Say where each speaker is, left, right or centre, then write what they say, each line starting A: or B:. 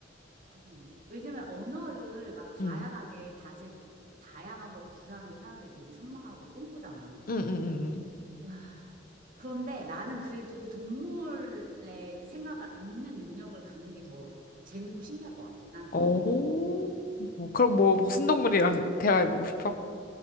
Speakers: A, on the right; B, on the left.
A: 가장 없네. 왜냐면 언어를 막 다양하게
B: 응,
A: 다재, 다양한 걸 구사하는 걸 사람들이 되게 선망하고 꿈꾸잖아.
B: 응, 응, 응, 응.
A: 와. 그런데 나는 그래도 동물의 생각을 읽는 능력을 갖는 게 더 재밌고 신기할 것 같아. 난 동물.
B: 오, 그럼 뭐 무슨 동물이랑 대화해보고 싶어?